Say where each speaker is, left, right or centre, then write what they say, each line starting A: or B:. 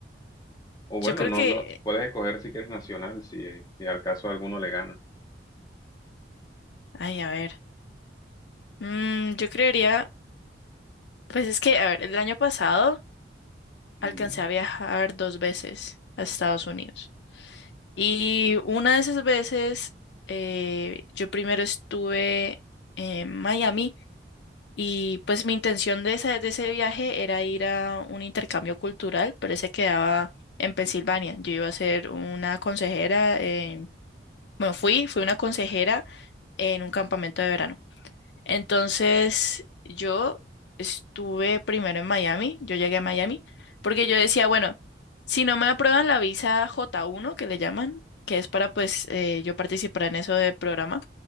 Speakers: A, on the left (about 20°); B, on the left (about 70°).
A: O bueno,
B: Yo creo
A: no,
B: que,
A: no, puedes escoger si quieres nacional, si, si al caso alguno le gana.
B: ay, a ver. Mm, yo creería, pues es que, a ver, el año pasado
A: Ujú,
B: alcancé a viajar dos veces a Estados Unidos. Y una de esas veces, eh, yo primero estuve en Miami y pues mi intención de esa- de ese viaje era ir a un intercambio cultural, pero ese quedaba en Pensilvania. Yo iba a ser una consejera, en- bueno, fui, fui una consejera en un campamento de verano. Entonces, yo estuve primero en Miami, yo llegué a Miami, porque yo decía, bueno, si no me aprueban la visa J1, que le llaman, que es para pues eh, yo participar en eso de programa,